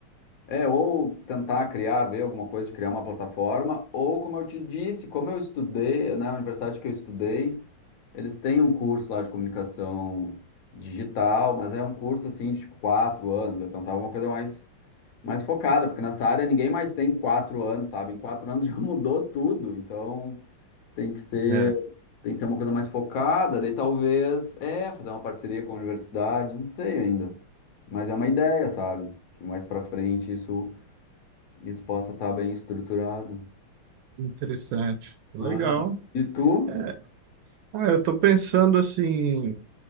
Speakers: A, on the left; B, on the right.
A: é, ou tentar criar, ver alguma coisa, de criar uma plataforma, ou como eu te disse, como eu estudei, né, a universidade que eu estudei, eles têm um curso lá de comunicação digital, mas é um curso, assim, de, tipo, quatro anos, eu pensava uma coisa mais, mais focada, porque nessa área ninguém mais tem quatro anos, sabe, em quatro anos <laughs> já mudou tudo, então... Tem que ser,
B: é
A: tem que ter uma coisa mais focada, daí talvez, é, fazer uma parceria com a universidade, não sei ainda. Mas é uma ideia, sabe? Que mais pra frente isso, isso possa estar bem estruturado,
B: interessante. Legal.
A: né? E tu?
B: É. Ah, eu tô pensando assim,